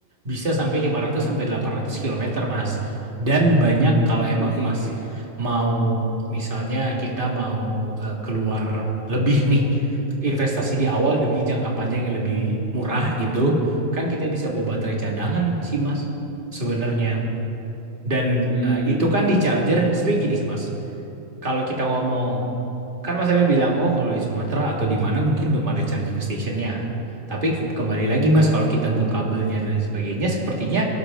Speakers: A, on the right; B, on the right.
A: bisa sampai 500 sampai 800 kilometer Mas. Dan banyak kalau emang
B: oke
A: Mas
B: oke
A: mau misalnya kita mau eh, keluar lebih nih, investasi di awal demi jangka panjang yang lebih murah gitu, kan kita bisa bawa baterai cadangan sih Mas sebenarnya. Dan
B: hmm
A: eh, itu kan di charger, sebenarnya gini sih Mas kalau kita ngomong, kan Mas Abe bilang, oh kalau di Sumatera atau di mana mungkin belum ada charging stationnya. Tapi ke- kembali lagi Mas, kalau kita bawa kabelnya dan lain sebagainya, sepertinya